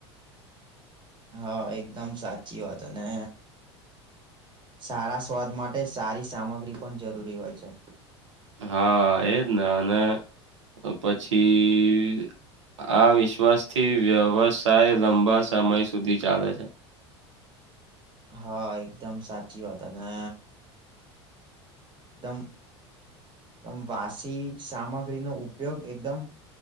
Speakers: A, on the right; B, on the right.
A: હા એકદમ સાચી વાત અને સારા સ્વાદ માટે સારી સામગ્રી પણ જરૂરી હોય છે.
B: હા એજ ને અને પછી આ વિશ્વાસ થી વ્યવસાય લંબા સમય સુધી ચાલે છે.
A: હા એકદમ સાચી વાત અને દમ તમ વાસી સામગ્રીનો ઉપયોગ એકદમ